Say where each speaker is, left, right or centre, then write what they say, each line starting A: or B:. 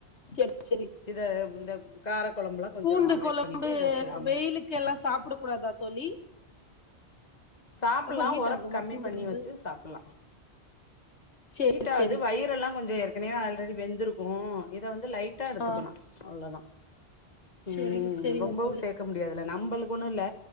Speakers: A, on the left; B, on the left.
A: செரி செரி
B: இத இந்த கார கொழம்புலா கொஞ்சோ
A: பூண்டு
B: அவாய்ட்
A: கொழம்பு
B: பண்ணிட்டு இத சொல்ற
A: வெயிலுக்கு எல்லா சாப்ட கூடாதா தோழி
B: சாப்பல்லா
A: ரொம்ப ஹீட்
B: ஒறப்பு
A: ஆகுமா
B: கமி
A: பூண்டு
B: பண்ணி
A: குழம்பு
B: வச்சி சாப்புல்லா
A: சேரி
B: ஹீட் ஆவுது
A: சேரி
B: வயிறெலா கொஞ்சோ ஏற்கனவே ஆல்ரெடி வெந்துருக்கு இத வந்து லைட்டா எடுத்துக்கலா
A: ஆ
B: அவ்ளதா
A: சேரிங்க
B: ம்
A: சேரிங்க
B: ரொம்பவு
A: தோழி
B: சேக்க முடியாதுல நம்பளுக்கு ஒன்னு இல்ல